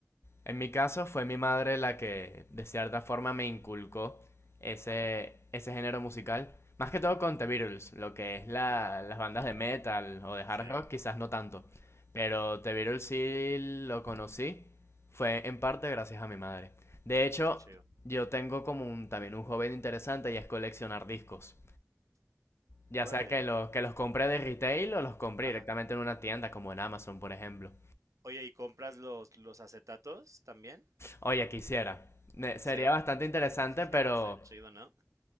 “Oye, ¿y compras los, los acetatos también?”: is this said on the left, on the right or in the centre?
Right